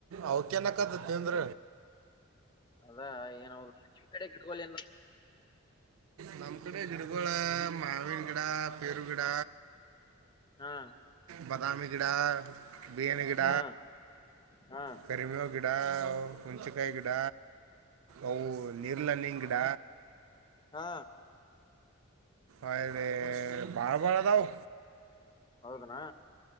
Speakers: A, on the right (about 70°); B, on the left (about 20°).
A: ಅವಕ ನಕತ್ ತಿಂದ್ರ
B: ಅದಾ ಏನ ಕಡೆ ಏನ್
A: ನಮ್ ಕಡೆ ಗಿಡಗುಳ ಮಾವಿನ ಗಿಡ ಪೇರುಗಿಡ
B: ಹಾ
A: ಬದಾಮ ಗಿಡ ಬೆನಿ ಗಿಡ
B: ಹಾ ಹಾ
A: ಕ್ರಮಿಯ ಗಿಡ ಹುಣಸಿಕಾಯಿ ಗಿಡ ಅವು ನೀರ್ಲ್ಣಿ ಗಿಡ
B: ಹಾ
A: ಒಳ್ಳೆ ಬಾಳಬಾಳ ಅದಾವ್
B: ಹೌದನಾ